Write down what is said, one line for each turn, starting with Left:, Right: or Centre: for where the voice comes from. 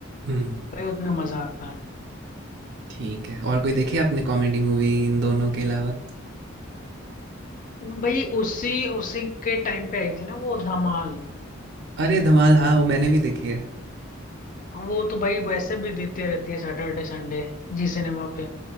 Right: हम्म
Left: भाई उतना मजा आता
Right: ठीक है और कोई देखी है आपने कॉमेडी मूवी इन दोनों के अलावा
Left: है भाई उसी उसी के टाइम पे आई थी ना वो धमाल
Right: अरे धमाल हाँ वो मैंने भी देखी है
Left: वो तो भाई वैसे भी देते रहती है सैटरडे संडे जी सिनेमा पे